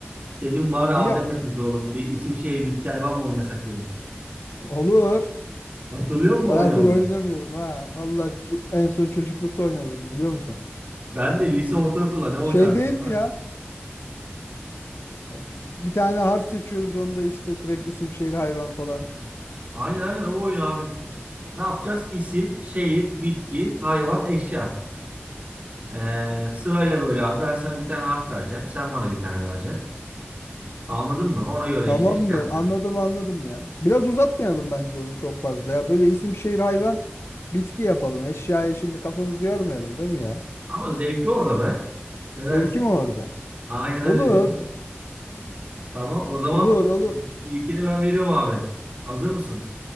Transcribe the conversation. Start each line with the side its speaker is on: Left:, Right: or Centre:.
Right: Dedim bari Adem'le
Left: İyi yap.
Right: takılalım bir isim şehir bitki hayvan mı oynasak dedim.
Left: Olur.
Right: Hatırlıyor musun o
Left: Bayağıdır
Right: oynamayı?
Left: oynamıyorum ha. Allah en son çocuklukta oynadım biliyor musun?
Right: Ben de lise ortaokulda ne oynardık
Left: Şey değil
Right: değil
Left: mi
Right: mi?
Left: ya? Üf, Bir tane harf seçiyoruz onda işte direkt isim şehir hayvan falan.
Right: Aynen aynen o oyun abi. Ne yapacağız? İsim, şehir, bitki, hayvan, eşya. Ee, sırayla böyle abi ben sana bir tane harf vereceğim. Sen bana bir tane vereceksin. Anladın mı? Ona göre
Left: Tamamdır
Right: işte şey yapacağız.
Left: anladım anladım ya. Biraz uzatmayalım bence onu çok fazla ya. Böyle isim şehir hayvan bitki yapalım. Eşyayı şimdi kafamızı yormayalım değil mi ya?
Right: Ama zevki orada
Left: Ya,
Right: be. Ne
Left: Zevki
Right: dersin?
Left: mi orada?
Right: Aynen öyle
Left: Olur,
Right: bir Tamam o zaman
Left: olur, olur.
Right: e, ilkini ben veriyorum abi. Hazır mısın?